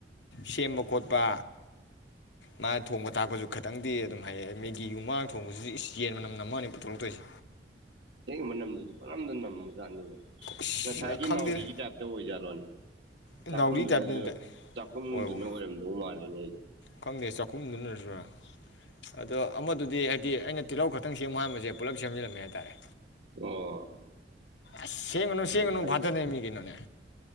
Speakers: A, on the left (about 85°); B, on the right (about 75°).
A: ꯁꯦꯝꯕ ꯈꯣꯠꯄ ꯃꯥ ꯊꯣꯡꯕ ꯊꯥꯛꯄꯁꯨ ꯈꯤꯇꯪꯗꯤ ꯑꯗꯨꯝ ꯍꯩ ꯌꯦ ꯃꯤꯒꯤ ꯃꯅꯥ ꯊꯣꯡꯕꯁꯤꯗꯤ ꯏꯁ ꯌꯦꯟ ꯃꯅꯝ ꯅꯝꯃꯅꯤ ꯄꯨꯊꯣꯔꯛꯇꯣꯏꯁꯦ
B: ꯃꯅꯝꯗꯨꯗꯤ ꯄꯪꯅꯝꯗ ꯅꯝꯕꯥ ꯖꯠꯅꯤꯗ꯫
A: ꯏꯁ
B: ꯉꯁꯥꯏꯒꯤ
A: ꯈꯪꯗꯦꯗ
B: ꯅꯥꯎꯔꯤꯒꯤ ꯇꯥꯏꯞꯇ ꯑꯣꯏꯖꯠꯂꯣꯅꯦ?
A: ꯅꯥꯎꯔꯤ
B: ꯆꯥꯛꯈꯨꯝꯗꯨꯅꯖꯨ
A: ꯇꯥꯏꯞꯇꯅꯤꯗ
B: ꯆꯥꯛꯈꯨꯝꯗꯨꯅ
A: ꯍꯣꯏ ꯍꯣꯏ
B: ꯑꯣꯏꯔꯝꯗꯧ ꯃꯥꯜꯂꯦꯅꯦ ꯑꯩꯗꯤ꯫
A: ꯈꯪꯗꯦ ꯆꯥꯛꯈꯨꯝꯗꯨ ꯅꯥꯖꯨꯔꯥ꯫ ꯑꯗꯣ ꯑꯃꯗꯨꯗꯤ ꯍꯥꯏꯗꯤ ꯑꯩꯅ ꯇꯤꯜꯍꯧ ꯈꯛꯇꯪ ꯁꯦꯝꯃꯨ ꯍꯥꯟꯕꯁꯦ ꯄꯨꯂꯞ ꯁꯦꯝꯖꯤꯜꯂꯝꯃꯦ ꯍꯥꯏꯇꯥꯔꯦ꯫
B: ꯑꯣ
A: ꯁꯦꯝꯒꯅꯨ- ꯁꯦꯝꯒꯅꯨ
B: ꯐꯩꯅꯦ
A: ꯐꯠꯊꯥꯅꯩꯅꯤ ꯀꯩꯅꯣꯅꯦ꯫